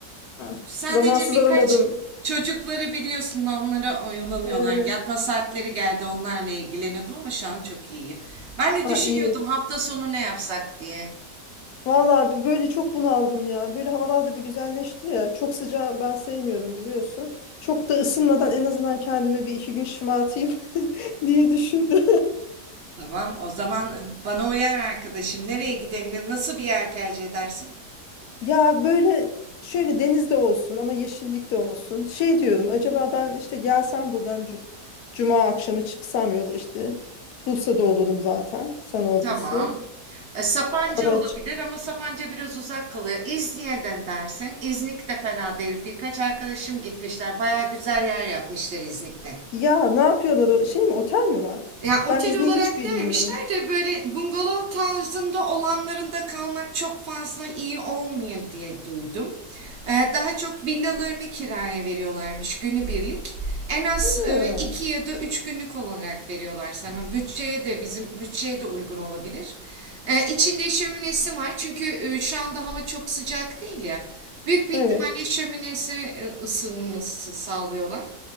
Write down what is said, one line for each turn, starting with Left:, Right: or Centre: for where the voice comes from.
Left: Ha.
Right: Sadece
Left: Zamansız
Right: birkaç
Left: aramadım.
Right: çocukları biliyorsun onlara oyalanıyorlar.
Left: Evet.
Right: Yatma saatleri geldi onlarla ilgileniyordum ama şu an çok iyiyim. Ben de
Left: Ha
Right: düşünüyordum
Left: iyi.
Right: hafta sonu ne yapsak diye.
Left: Vallahi bi- böyle çok bunaldım ya. Böyle havalar da bir güzelleşti ya. Çok sıcağı ben sevmiyorum biliyorsun. Çok da ısınmadan en azından kendimi bir iki gün şımartayım <laughs> diye düşündüm.
Right: Tamam o zaman e, bana uyar arkadaşım. Nereye gidelim? Nasıl bir yer tercih edersin?
Left: Ya böyle şöyle denizde olsun ama yeşillik de olsun. Şey diyorum acaba ben işte gelsem buradan cu- cuma akşamı çıksam yola işte. Bursa'da olurum zaten. Sen oradasın.
Right: Tamam. E, Sapanca
Left: Araç.
Right: olabilir ama Sapanca biraz uzak kalıyor. İznik'ten dersin. İznik de fena değil. Birkaç arkadaşım gitmişler. Baya güzel yer yapmışlar İznik'te.
Left: Ya ne yapıyorlar? o- Şey mi otel mi var?
Right: Ya otel
Left: Ben izni
Right: olarak
Left: hiç bilmiyorum.
Right: dememişler de böyle bungalov tarzında olanlarında kalmak çok fazla iyi olmuyor diye duydum. Ee, daha çok villalarını kiraya veriyorlarmış günübirlik. En az
Left: Ha,
Right: e, iki ya da üç günlük olarak veriyorlar sana. Bütçeye de bizim bütçeye de uygun olabilir. Ee, içinde şöminesi var çünkü e, şu anda hava çok sıcak değil ya. Büyük bir ihtimalle
Left: evet.
Right: şöminesi e, ısınması sağlıyorlar.